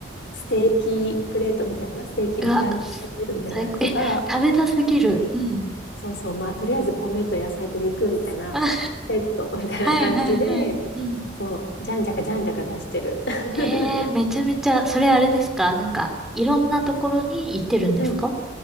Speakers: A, on the left; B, in the centre.
A: ステーキプレートみたいな、ステーキランチプレートみたいなとか、
B: うわ、最高。え、食べたすぎる。うん。
A: そうそう、まあ、とりあえず米と野菜と肉みたいな、
B: あ <laughs>
A: セットみたいな感じで、
B: はいはいはい。うん。
A: そう、じゃんじゃかじゃんじゃか出してる。<laughs>
B: ええめちゃめちゃ、それあれですかなんか、いろんなところに行ってるんですか
A: うん。